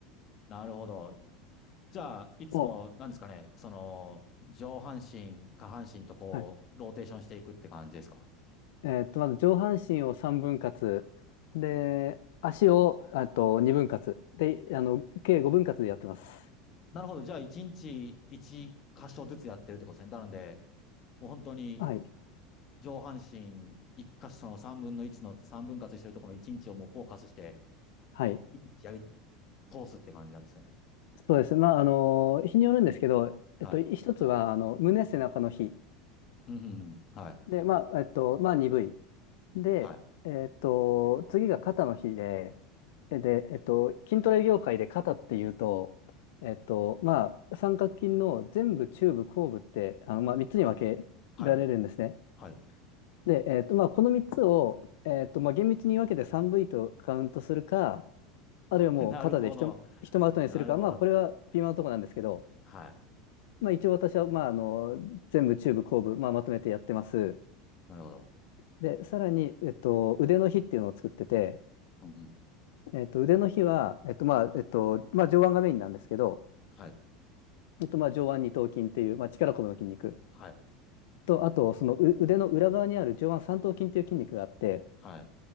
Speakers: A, on the left (about 25°); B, on the left (about 70°).
A: なるほど。じゃあ、いつも、
B: <laughs> も
A: なんですかね、その、上半身、下半身とこう、
B: う、はい。
A: ローテーションしていくって感じですか
B: えーっと、まず上半身を3分割、で、足を、あと2分割、で、あの、計5分割でやってます。
A: なるほど。じゃあ、1日1箇所ずつやってるってことですね。なので、もう本当に
B: はい。
A: 上半身一箇所の三分の1の三分割してるところの一日をもうフォーカスして、
B: はい。
A: 一日やり通すって感じなんですね。
B: そうですね。まあ、あの、日によるんですけど、
A: はい。
B: えっと、一つは、あの、胸背中の日。
A: うん、うん、うん。はい。
B: で、まあ、えっと、まあ、鈍い。で、
A: はい。
B: えーっと、次が肩の日で、えで、えっと、筋トレ業界で肩っていうと、えっと、まあ、三角筋の全部、中部、後部って、あの、まあ、3つに分けられるんですね。
A: はい。はい。
B: で、えっと、まあ、この3つを、えっと、まあ、厳密に分けて 3V とカウントするか、あるいはもう肩でひと、
A: <laughs> なるほど。
B: ひとまとめにするか、
A: なるほど。
B: まあ、これは微妙なところなんですけど、
A: はい。
B: まあ、一応私は、まあ、あの、全部、中部、後部、まあ、まとめてやってます。
A: なるほど。
B: で、さらに、えっと、腕の日っていうのを作ってて、
A: うん、うん。
B: えっと、腕の日は、えっと、まあ、えっと、まあ、上腕がメインなんですけど、
A: はい。
B: えっと、まあ、上腕二頭筋っていう、まあ、力こぶの筋肉
A: はい。
B: と、あと、そのう腕の裏側にある上腕三頭筋っていう筋肉があって、
A: はい。